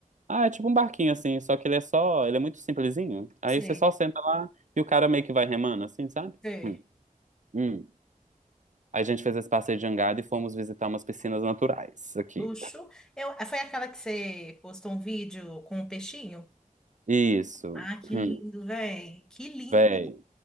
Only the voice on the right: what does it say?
Ah, é tipo um barquinho assim, só que ele é só, ele é muito simplesinho. Aí
você só senta lá e o cara meio que vai remando, assim, sabe?
Hum. Hum. Aí a gente fez esse passeio de jangada e fomos visitar umas piscinas naturais aqui.
Isso.
Hum,
véi,